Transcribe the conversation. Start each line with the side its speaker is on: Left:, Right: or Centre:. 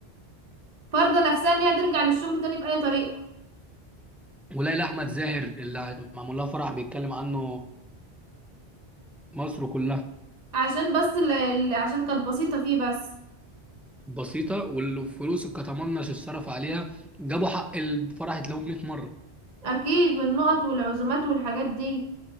Right: فارضه نفسها ان هي ترجع للشغل تاني بأي طريقة
Centre: وليلى احمد زاهر اللي معمول لها فرح بيتكلم عنه مصر كلها
Right: عشان بس ال... ال- عشان كانت بسيطة فيه بس
Centre: بسيطة والفلوس اللي كتمنش اتصرف عليها جابوا حق الفرح يتلاقوه 100 مرة
Right: اكيد من النقط والعزومات والحاجات دي